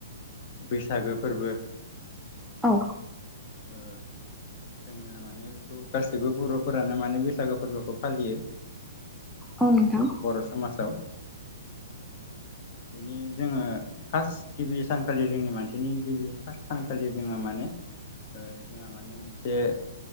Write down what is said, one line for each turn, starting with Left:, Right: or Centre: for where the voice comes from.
Left: बैसागो फोरबो।
Centre: औ।
Left: ओ। जोङो माने बेखौ गासैबो बर'फोरानो माने बैसागो फोरबोखौ फालियो।
Centre: औ नोंथां
Left: जोंनि बर' समाजाव। बिनि जोङो फार्स्ट गिबि सानखालि जोंनि मानसिनि गिबि फार्स्ट सानखा। खालि जोङो माने जोंहा माने मोनसे।